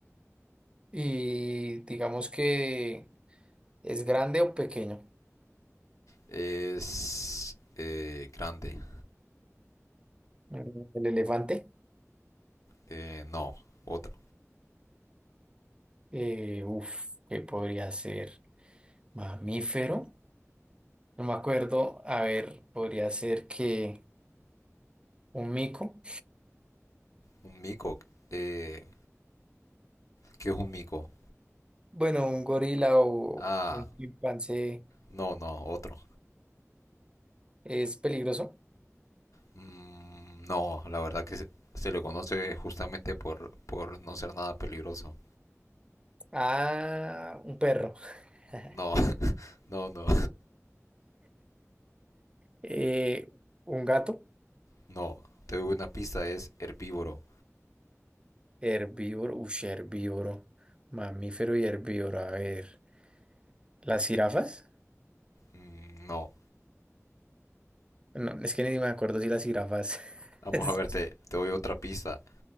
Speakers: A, on the right (about 20°); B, on the left (about 85°).
A: y digamos que es grande o pequeño.
B: Es... eh, grande.
A: Mm, El elefante,
B: Eh, no, otro.
A: eh, uf, que podría ser mamífero. No me acuerdo. A ver, podría ser que un mico.
B: Un mico. Eh, ¿qué es un mico?
A: Bueno, un gorila o
B: Ah,
A: un chimpancé
B: no, no, otro.
A: es peligroso.
B: Mm, no, la verdad que se, se le conoce justamente por, por no ser nada peligroso.
A: Ah, un perro. <laughs>
B: No, <laughs> no, no,
A: Eh, un gato.
B: no. Te doy una pista, es herbívoro.
A: Herbívoro, ush, herbívoro. Mamífero y herbívoro. A ver. ¿Las jirafas?
B: Mm, no.
A: No, es que ni me acuerdo si las jirafas. <laughs>
B: Vamos
A: es-
B: a ver, te, te doy otra pista.